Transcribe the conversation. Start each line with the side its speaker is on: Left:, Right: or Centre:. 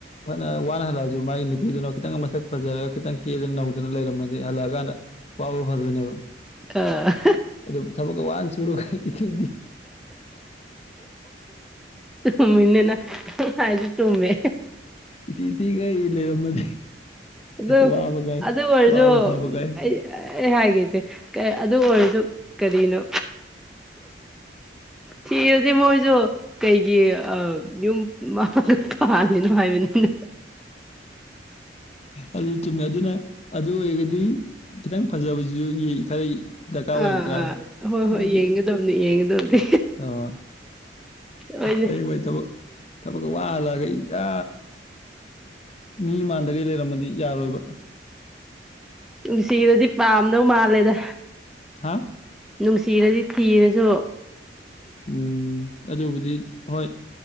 Left: ꯐꯅ ꯋꯥꯅ ꯍꯜꯂꯛꯑꯁꯨ ꯃꯥꯒꯤ ꯅꯨꯄꯤꯗꯨꯅ ꯈꯤꯇꯪ ꯃꯁꯛ ꯐꯖꯔꯒ ꯈꯤꯇꯪ ꯀꯦꯔꯒ ꯅꯧꯗꯅ ꯂꯩꯔꯝꯃꯗꯤ ꯍꯜꯂꯛꯑꯀꯥꯟꯗ ꯋꯥꯕ ꯐꯗꯣꯏꯅꯦꯕ
Centre: ꯑ
Left: ꯑꯗꯨ ꯊꯕꯛꯀ ꯋꯥꯟ ꯁꯨꯔꯒ ꯏꯊꯤ
Centre: ꯆꯨꯝꯃꯤꯅꯤꯅꯦ ꯅꯪ ꯍꯥꯏꯁꯨ ꯆꯨꯝꯃꯦ
Left: ꯏꯊꯤ ꯊꯤꯒꯩ ꯂꯩꯔꯝꯃꯗꯤ
Centre: ꯑꯗꯨ
Left: ꯋꯥꯕꯒꯥꯏ
Centre: ꯑꯗꯨ ꯑꯣꯏꯔꯁꯨ
Left: ꯋꯥꯕ ꯐꯕꯒꯥꯏ
Centre: ꯑꯩ ꯑꯩ ꯍꯥꯏꯒꯦꯁꯦ ꯑꯗꯨ ꯑꯣꯏꯔꯁꯨ ꯀꯔꯤꯅꯣ ꯊꯔꯥꯗꯤ ꯃꯣꯏ ꯀꯩꯒꯤ ꯌꯨꯝ ꯃꯥꯒ ꯄꯥꯜꯂꯤꯅꯣ ꯍꯥꯏꯕꯅꯤ <inaudible>
Left: ꯑꯗꯨ ꯆꯨꯝꯃꯦ ꯑꯗꯨꯅ ꯑꯗꯨ ꯑꯣꯏꯔꯒꯗꯤ ꯈꯤꯇꯪ ꯐꯖꯕꯁꯨ ꯈꯔ ꯗꯔꯀꯥꯔ ꯑꯣꯏꯔꯛꯇ꯭ꯔꯥ
Centre: ꯑꯥ ꯑꯥ ꯍꯣꯏ ꯍꯣꯏ
Left: ꯍꯥꯏꯗꯤ
Centre: ꯌꯦꯡꯒꯗꯕꯅꯤ ꯌꯦꯡꯒꯗꯕꯅꯤ
Left: ꯑꯣꯏ
Centre: ꯍꯣꯏꯅꯦ
Left: ꯑꯩ ꯃꯣꯏ ꯊꯕꯛ ꯋꯥ ꯍꯜꯂꯛꯑꯒ ꯃꯤ ꯃꯥꯟꯗꯒꯩ ꯂꯩꯔꯝꯃꯗꯤ ꯌꯥꯔꯣꯏꯕ
Centre: ꯅꯨꯡꯁꯤꯕꯗꯤ ꯄꯥꯝꯗꯧ ꯃꯥꯜꯂꯦꯗ
Left: ꯍꯥ
Centre: ꯅꯨꯡꯁꯤꯔꯗꯤ ꯊꯤꯔꯁꯨ
Left: ꯎꯝ ꯑꯗꯨꯕꯨꯗꯤ ꯍꯣꯏ